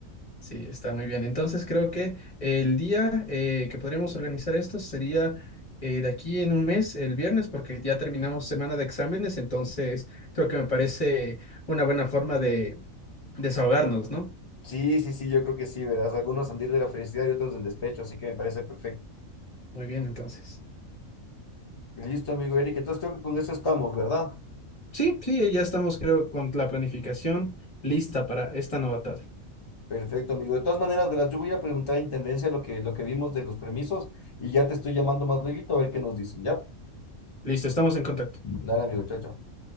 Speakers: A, on the left; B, on the left.
A: Sí, está muy bien. Entonces creo que el día eh, que podríamos organizar esto sería eh, de aquí en un mes, el viernes, porque ya terminamos semana de exámenes, entonces creo que me parece una buena forma de desahogarnos, ¿no?
B: Sí, sí, sí, yo creo que sí, verás. Algunos han de ir de la felicidad y otros del despecho, así que me parece perfecto.
A: Muy bien, entonces.
B: Listo, amigo Eric. Entonces creo que con eso estamos, ¿verdad?
A: Sí, sí, ya estamos creo con la planificación lista para esta novatada.
B: Perfecto, amigo. De todas maneras, verás, yo voy a ir a preguntar a Intendencia lo que, lo que vimos de los permisos y ya te estoy llamando más luego a ver qué nos dicen. Ya,
A: Listo, estamos en contacto.
B: dale, amigo, chao, chao.